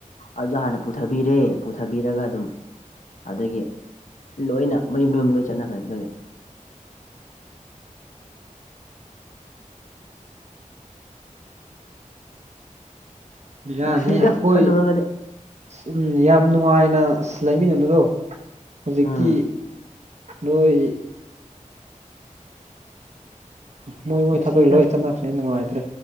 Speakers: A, on the left (about 65°); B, on the right (about 55°).
A: ꯑꯗꯨ ꯍꯥꯟꯅ ꯄꯨꯊꯕꯤꯔꯦ ꯄꯨꯊꯕꯤꯔꯒ ꯑꯗꯨꯝ ꯑꯗꯒꯤ ꯂꯣꯏꯅ ꯃꯌꯨꯝ ꯃꯌꯨꯝꯗꯥ ꯂꯣꯏ ꯆꯠꯅꯈ꯭ꯔꯦ ꯑꯗꯨꯒꯤ
B: ꯕꯤꯔꯥꯅꯦ
A: ꯅꯨꯡꯁꯤꯗ
B: ꯑꯈꯣꯏ
A: ꯈꯜꯂꯨꯔꯒꯗꯤ
B: ꯎꯝ ꯌꯥꯝ ꯅꯨꯡꯉꯥꯏꯅ ꯑꯁ ꯂꯩꯃꯤꯟꯅꯕꯗꯣ ꯍꯧꯖꯤꯛꯇꯤ
A: ꯎꯝ
B: ꯅꯣꯏ ꯃꯣꯏ ꯃꯣꯏ
A: ꯅꯨꯡꯁꯤꯗ
B: ꯊꯕꯛ ꯂꯣꯏ ꯆꯠꯅꯈꯔꯦ ꯅꯨꯡꯉꯥꯏꯇ꯭ꯔꯦ